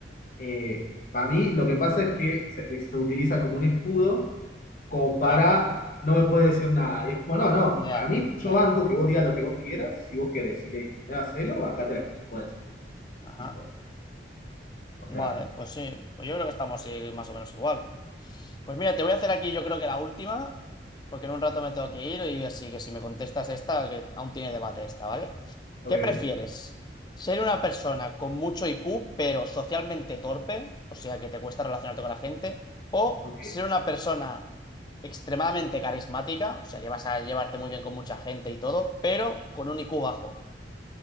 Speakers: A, on the left (about 45°); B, on the left (about 25°).
A: Eh, para mí lo que pasa es que se, se utiliza como un escudo como para
B: claro.
A: no me puedes decir nada. Y es como, no, no,
B: Ya,
A: para mí yo
B: ya.
A: banco que vos digas lo que vos quieras, si vos querés, si te discriminás, hacelo, acate las consecuencias.
B: Ajá.
A: Tipo, o sea,
B: Vale, pues sí, pues yo creo que estamos eh, más o menos igual. Pues mira, te voy a hacer aquí yo creo que la última, porque en un rato me tengo que ir y así que si me contestas esta, que aún tiene debate esta, ¿vale?
A: ok,
B: ¿Qué prefieres? ¿Ser una persona con mucho IQ pero socialmente torpe, o sea que te cuesta relacionarte con la gente, o
A: ok.
B: ser una persona extremadamente carismática, o sea que vas a llevarte muy bien con mucha gente y todo, pero con un IQ bajo?